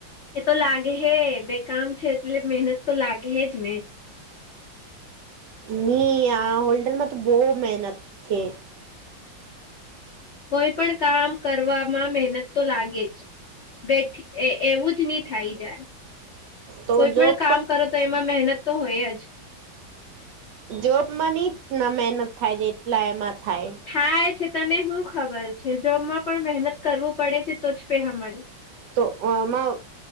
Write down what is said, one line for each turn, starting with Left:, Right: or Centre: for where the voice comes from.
Left: એ તો લાગે હે બે કામ છે એટલે મહેનત તો લાગે હેજ ને
Right: મી આ હોલ્ડર માં તો બહુ મહેનત છે.
Left: કોઈ પણ કામ કરવામાં મહેનત તો લાગે જ બેઠી એવું જ નહી થાય જાય
Right: તો
Left: કોઈ પણ
Right: જોબ
Left: કામ કરો તો એ માં મહેનત તો હોય જ
Right: જોબમાં હટ ના મહેનત થાય જેટલા એમાં થાય
Left: થાય છે તને શું ખબર છે, જોમાં પણ મહેનત કરવું પડે છે તો જ પેહા મળે
Right: તો આમાં